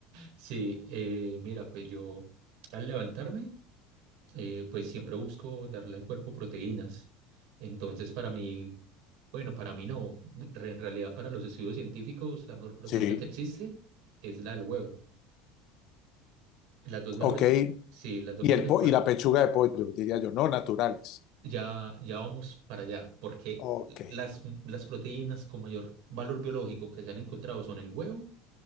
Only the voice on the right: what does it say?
Sí, eh, mira, pues yo al levantarme, eh, pues siempre busco darle al cuerpo proteínas. Entonces para mí Bueno, para mí no. Re- En realidad, para los estudios científicos, la mejor proteína
que existe es la del huevo. Las dos mejores,
pro- sí, las dos
mejores
prote-
Ya, ya vamos para allá, porque
las, las proteínas con mayor valor biológico que se han encontrado son el huevo